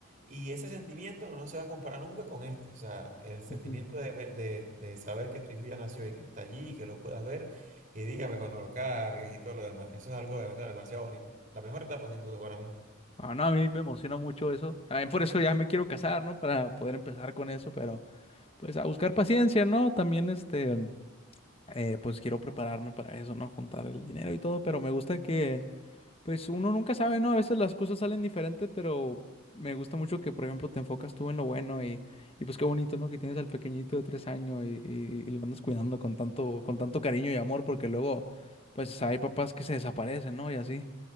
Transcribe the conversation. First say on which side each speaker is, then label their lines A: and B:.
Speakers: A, on the right; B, on the left.
A: Y ese sentimiento no se va a comparar nunca con este. O sea, el sentimiento
B: ujú.
A: de, ver- de, de saber que tu hijo ya nació y que está allí y que lo puedas ver y dígame cuando lo cargues y todo lo demás. Eso es algo demasiado, demasiado bonito. La mejor etapa sin duda para mí.
B: Ah, no, a mí me emociona mucho eso. También por eso ya me quiero casar, ¿no? Para poder empezar con eso, pero pues a buscar paciencia, ¿no? También este, eh, pues quiero prepararme para eso, ¿no? Juntar el dinero y todo, pero me gusta que, pues uno nunca sabe, ¿no? A veces las cosas salen diferentes, pero me gusta mucho que, por ejemplo, te enfocas tú en lo bueno y, y pues qué bonito, ¿no? Que tienes al pequeñito de tres años y, y- y lo andas cuidando con tanto, con tanto cariño y amor, porque luego, pues hay papás que se desaparecen, ¿no? Y así.